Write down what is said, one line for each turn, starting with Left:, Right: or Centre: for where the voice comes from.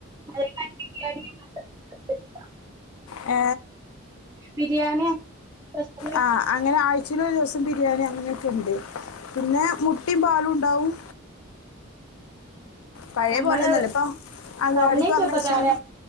Right: <inaudible>
Left: എ
Right: ബിരിയാണി അങ്ങനെ
Left: ആഹ് അങ്ങനെ ആയി ചില ദിവസം ബിരിയാണി അങ്ങനെയൊക്കെ ഇണ്ട്. പിന്നെ മുട്ടിം പാലും ഇണ്ടാവും പഴേ
Right: നമ്മള്
Left: പോല്യെന്നല്ല ഇപ്പൊ അംഗനവാടിക്ക്
Right: പറഞ്ഞേച്ച
Left: പറഞ്ഞയച്ചാല്
Right: ഉപകാരാ